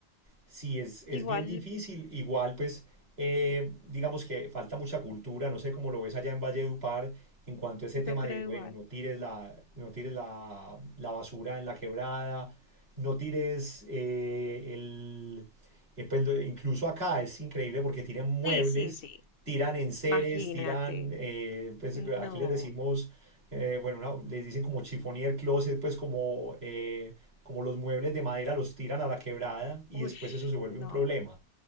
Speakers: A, on the right (about 65°); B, on the left (about 55°).
A: Sí, es, es
B: Igual,
A: bien difícil. Igual, pues, eh, digamos que falta mucha cultura. No sé cómo lo ves allá en Valledupar en cuanto a ese
B: yo
A: tema
B: creo
A: de, bueno,
B: igual.
A: no tires la, no tires la, la basura en la quebrada, no tires eh, el... eh, pues, lo- incluso acá es increíble porque tiran muebles,
B: Sí, sí, sí.
A: tiran enseres,
B: Imagínate.
A: tiran, eh, pues
B: No.
A: aquí les decimos, eh, bueno, una- les dicen como chiffonier closet, pues como... eh, como los muebles de madera los tiran a la quebrada y
B: Uy,
A: después eso se vuelve
B: no.
A: un problema.